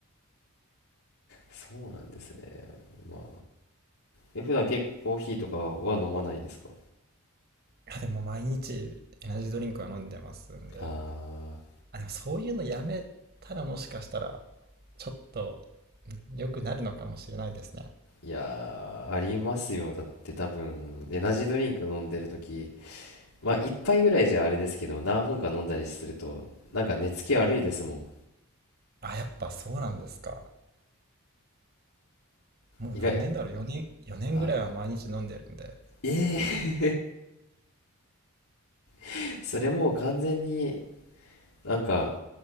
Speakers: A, on the left; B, on the right.
A: そうなんですねまあえ普段結構コーヒーとかは飲まないですか
B: や、でも毎日エナジードリンクは飲んでますんで。
A: あ
B: あ、でもそういうのやめたらもしかしたら、ちょっとん良くなるのかもしれないですね。
A: ーいやーありますよだって多分エナジードリンク飲んでる時まあ一杯ぐらいじゃあれですけど何本か飲んだりするとなんか寝つき悪いですもん
B: はい。あ、やっぱそうなんですか。もう何年だろう、
A: 意外
B: 4年、4年ぐらいは毎日飲んでるんで。
A: あええー <laughs> それもう完全になんか